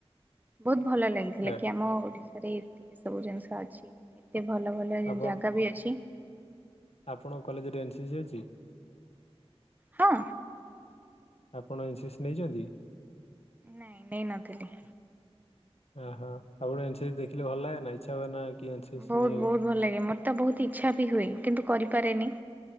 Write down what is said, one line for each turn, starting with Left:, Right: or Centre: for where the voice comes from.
Right: ବହୁତ୍ ଭଲ ଲାଗିଥିଲା
Left: ଏ
Right: କି ଆମ ଓଡିଶା ରେ ଏତିକି ସବୁ ଜିନ୍‌ଷ ଅଛି, ଏତେ ଭଲ ଭଲ
Left: ଆପଣ
Right: ଜାଗା ବି ଅଛି।
Left: ଆପଣଙ୍କ କଲେଜ୍‌ରେ ଏନ୍‌ସିସି ଅଛି?
Right: ହଁ!
Left: ଆପଣ ଏନ୍‌ସିସି ନେଇଚନ୍ତି?
Right: ନାଇଁ, ନେଇ ନଥିଲି।
Left: <unintelligible> ସି
Right: ବହୁତ୍
Left: ନିଏ
Right: ବହୁତ୍ ଭଲ୍ ଲାଗେ, ମୋ ବହୁତ୍ ଇଚ୍ଛା ବି ହୁଏ କିନ୍ତୁ କରିପାରେନି।